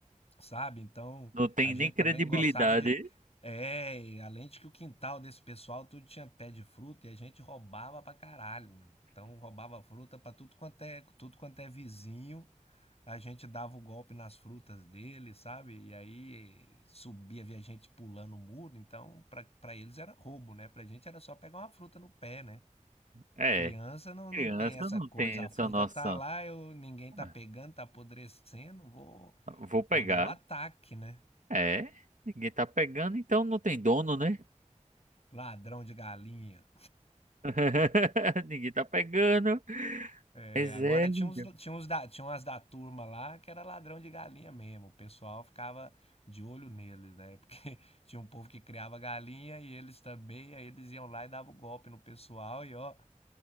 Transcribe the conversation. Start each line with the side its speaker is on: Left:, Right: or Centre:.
Left: sabe? Então
Right: Não tem
Left: a gente
Right: nem credibilidade.
Left: também gostava de. É, e além de que o quintal desse pessoal tudo tinha pé de fruta e a gente roubava pra caralho, né? Então roubava fruta pra tudo quanto é, tudo quanto é vizinho. A gente dava o golpe nas frutas dele, sabe? E aí subia, via gente pulando o muro. Então, pra, pra eles era roubo, né? Pra gente era só pegar uma fruta no pé, né?
Right: É,
Left: Criança não, não
Right: criança
Left: tem essa
Right: não
Left: coisa.
Right: tem
Left: A
Right: essa
Left: fruta
Right: noção.
Left: tá lá, eu, ninguém tá
Right: Ah,
Left: pegando, tá apodrecendo. Vou,
Right: vou pegar.
Left: vou dar o ataque, né?
Right: É, ninguém tá pegando, então não tem dono, né?
Left: Ladrão de galinha.
Right: <laughs> Ninguém tá pegando.
Left: É,
Right: Mas
Left: agora
Right: é, velho.
Left: tinha uns, tinha uns da, tinha umas da turma lá que era ladrão de galinha mesmo. O pessoal ficava de olho neles, né? Porque <laughs> tinha um povo que criava galinha e eles também, aí eles iam lá e davam golpe no pessoal e ó,